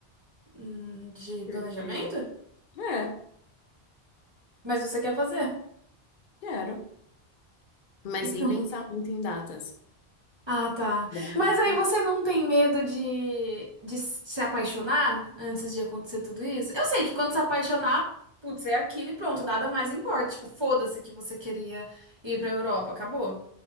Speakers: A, on the right; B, on the left.
A: Hum, de planejamento?
B: Porque, é,
A: Mas você quer fazer?
B: quero. Mas
A: Então.
B: sem pensar muito em datas.
A: Ah, tá.
B: Idade,
A: Mas aí
B: claro.
A: você não tem medo de, de se apaixonar antes de acontecer tudo isso? Eu sei que quando se apaixonar, putz, é aquilo e pronto, nada mais importa. Tipo, foda-se que você queria ir pra Europa, acabou.